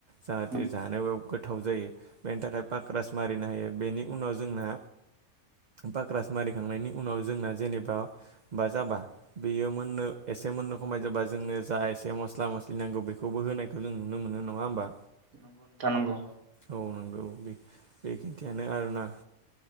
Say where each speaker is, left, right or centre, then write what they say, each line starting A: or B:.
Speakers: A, on the right; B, on the right.
A: जाहाथे
B: नंगौ
A: जानोाव गोथाव जायो बेनि थाखाय पक्रास मारिनो हायो बेनि उनाव जोंना पक्रास मारिखांनायनि उनाव जोंना जेनेबा बा जाबा बेयो मोननो एसे एसे मोननो खमाय जाबा जोंनो जा एसे मस्ला मस्लि नांगौ बेखौबो होनायखौ जों नुनो मोनो नङा होमबा।
B: नंगौ नोंथां नंगौ।
A: औ नंगौ बे खिन्थियानो आरोना।